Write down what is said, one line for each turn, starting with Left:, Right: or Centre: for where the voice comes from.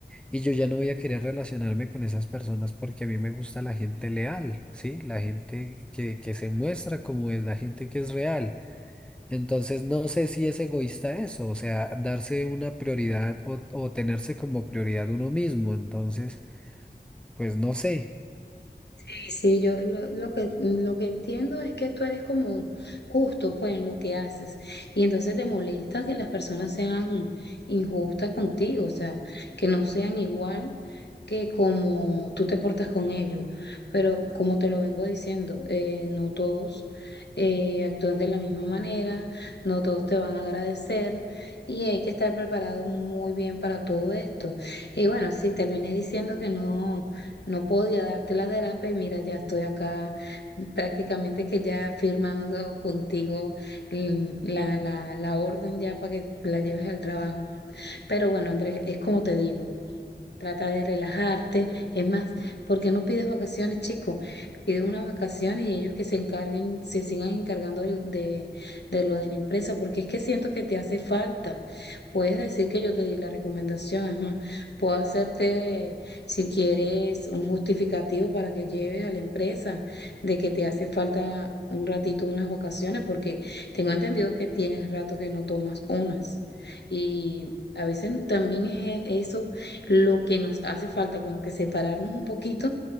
Centre: Y yo ya no voy a querer relacionarme con esas personas porque a mí me gusta la gente leal, ¿sí? La gente que, que se muestra como es, la gente que es real. Entonces, no sé si es egoísta eso, o sea, darse una prioridad o, o tenerse como prioridad uno mismo. Entonces, pues no sé.
Left: Sí, sí, yo lo, lo que, lo que entiendo es que tú eres como justo pues en lo que haces y entonces te molesta que las personas sean injustas contigo, o sea, que no sean igual que como tú te portas con ellos, pero como te lo vengo diciendo, eh, no todos eh, actúan de la misma manera, no todos te van a agradecer y hay que estar preparado muy bien para todo esto. Y bueno, sí, terminé diciendo que no. No podía darte la terapia y mira, ya estoy acá prácticamente que ya firmando contigo l- la, la, la orden ya para que la lleves al trabajo. Pero bueno, Andrés, es como te digo, Trata de relajarte. Es más, porque no pides vacaciones, chico? Pide unas vacaciones y ellos que se encarguen, se sigan encargando del- de, de lo de la empresa, porque es que siento que te hace falta. Puedes decir que yo te di la recomendación, es más, puedo hacerte, si quieres, un justificativo para que lleves a la empresa de que te hace falta un ratito, unas vacaciones, porque tengo entendido que tienes rato que no tomas unas. Y a veces también es e- eso lo que nos hace falta, como que separarnos un poquito,